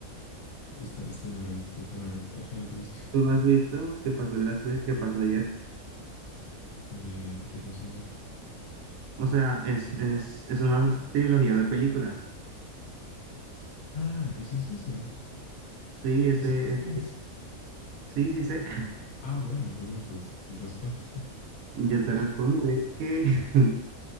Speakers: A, on the left (about 90°); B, on the right (about 80°).
A: Esta, esta no me gusta, esta no me gusta. Déjame te buscar.
B: ¿Tú no has visto qué pasó en Las Vegas, qué pasó ayer?
A: Eh, ¿qué pasó ayer?
B: O sea, es, es, es una trilogía de películas.
A: Ah, ¿ese es eso?
B: Sí, es
A: ¿Tú
B: de,
A: sabes quién
B: es de-
A: es?
B: sí, sí sé.
A: Ah, bueno, entonces pues responde. <laughs>
B: Yo te
A: Yo-
B: responderé que, <laughs>